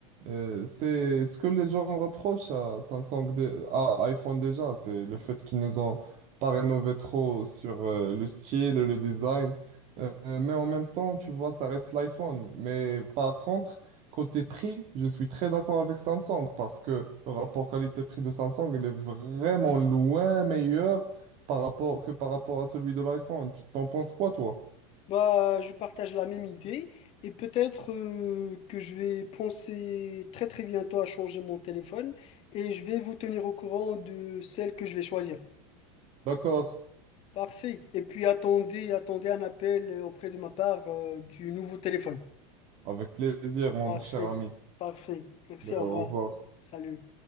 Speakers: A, on the right; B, on the left.
A: euh, c'est ce que les gens reprochent à Samsung, dé- à iPhone déjà, c'est le fait qu'ils nous ont pas rénové trop sur euh, le style et le design. Euh, mais en même temps, tu vois, ça reste l'iPhone. Mais par contre, Côté prix, je suis très d'accord avec Samsung parce que le rapport qualité-prix de Samsung, il est vraiment loin meilleur par rapport, que par rapport à celui de l'iPhone. Tu t'en penses quoi, toi?
B: Bah, je partage la même idée et peut-être euh, que je vais penser très très bientôt à changer mon téléphone et je vais vous tenir au courant de celle que je vais choisir.
A: D'accord.
B: Parfait. Et puis attendez, attendez un appel euh, auprès de ma part euh, du nouveau téléphone.
A: Avec plaisir, mon
B: Parfait.
A: cher ami.
B: Parfait. Merci,
A: Ben,
B: au
A: au
B: revoir.
A: revoir.
B: Salut.